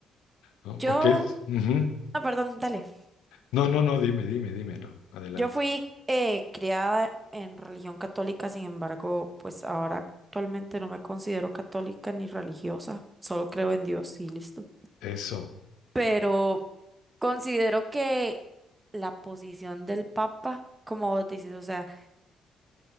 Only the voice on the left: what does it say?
¿no?
Porque, es- ujú.
No, no, no, dime, dime, dime, no, adelante.
Eso.